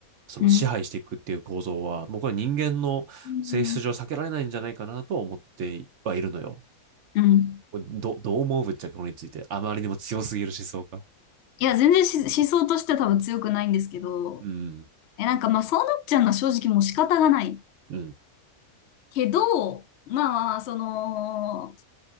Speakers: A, on the right; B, on the left.
A: その支配していくっていう構造は、
B: うん、
A: もうこれは人間の性質上避けられないんじゃないかなと思ってはいるのよ。
B: うん、うん。
A: ど、どう思うぶっちゃけこれについて。あまりにも強すぎる思想か。
B: いや、全然し思想としては多分強くないんですけど、
A: うん、
B: え、なんかまあそうなっちゃうのは正直もう仕方がない
A: うん、
B: けど、まあまあ、その、